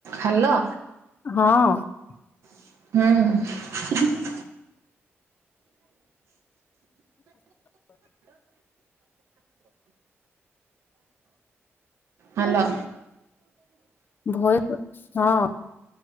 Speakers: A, on the right; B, on the left.
A: Hello.
B: ହଁ।
A: ହୁଁ। Hello.
B: ଭୟ କରୁ ଚି ହଁ ।